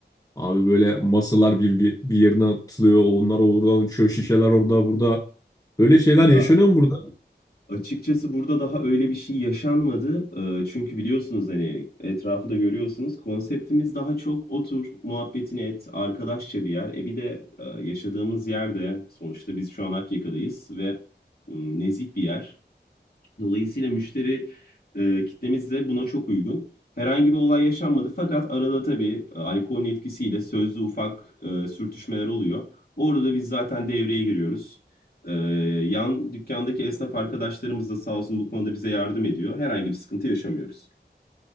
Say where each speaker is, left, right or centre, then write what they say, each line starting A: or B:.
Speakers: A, on the left; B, on the left.
A: Abi böyle masalar bir, bir, bir yerine atılıyor, onlar oradan uçuyor, şişeler orada burada. Böyle şeyler
B: Ya
A: yaşanıyor mu burada?
B: Açıkçası burada daha öyle bir şey yaşanmadı. Ee, Çünkü biliyorsunuz hani etrafı da görüyorsunuz. Konseptimiz daha çok otur, muhabbetini et, arkadaşça bir yer. E bir de e, yaşadığımız yerde sonuçta biz şu an Akyaka'dayız ve mm, nezih bir yer. Dolayısıyla müşteri e, kitlemiz de buna çok uygun. Herhangi bir olay yaşanmadı fakat arada tabii e, alkolün etkisiyle sözlü ufak e, sürtüşmeler oluyor. Orada da biz zaten devreye giriyoruz. E, yan dükkandaki esnaf arkadaşlarımız da sağ olsun bu konuda bize yardım ediyor. Herhangi bir sıkıntı yaşamıyoruz.